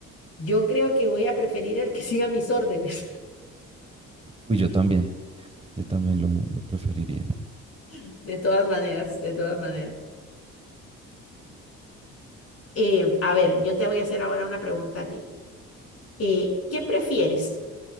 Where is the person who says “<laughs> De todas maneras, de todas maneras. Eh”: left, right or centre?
Left